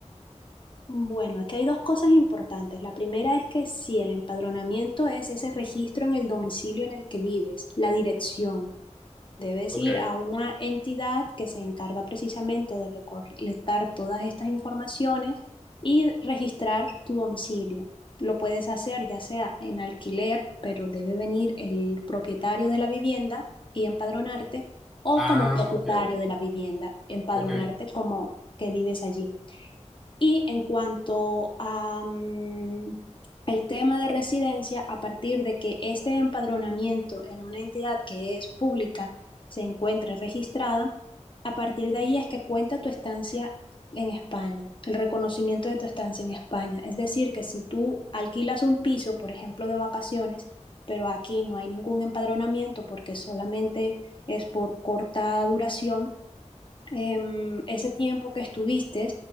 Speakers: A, on the left (about 45°); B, in the centre.
A: Bueno, aquí hay dos cosas importantes. La primera es que sí, el empadronamiento es ese registro en el domicilio en el que vives, la dirección. Debes
B: Ok.
A: ir a una entidad que se encarga precisamente de recolectar todas estas informaciones y registrar tu domicilio. Lo puedes hacer ya sea en alquiler, pero debe venir el propietario de la vivienda y empadronarte, o
B: Ah,
A: como propietario
B: ok,
A: de la vivienda, empadronarte
B: ok.
A: como que vives allí. Y en cuanto a, mm, el tema de residencia, a partir de que este empadronamiento en una entidad que es pública se encuentre registrada, a partir de ahí es que cuenta tu estancia en España, el reconocimiento de tu estancia en España. Es decir, que si tú alquilas un piso, por ejemplo, de vacaciones, pero aquí no hay ningún empadronamiento porque solamente es por corta duración, em, ese tiempo que estuviste,